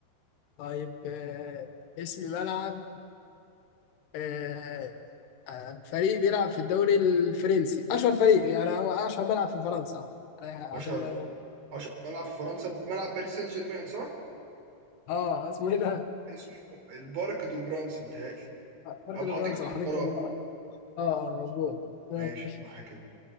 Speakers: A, on the left; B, on the right.
A: طيب آه، اسم ملعب آه، آه، فريق بيلعب في الدوري الفرنسي اشهر فريق يعني هو اشهر ملعب في فرنسا أنا- عشان
B: اشهر
A: ما
B: اشهر ملعب في فرنسا ملعب باريس سان جيرمان صح
A: اه اسمه ايه ده؟
B: اسمه البارك دو برانس بيتهيألي
A: بارك
B: او
A: دي
B: حديقة
A: فرنسا وحديقة
B: الامراء
A: الملعب اه آه، مظبوط ماشي
B: ماشي صح كده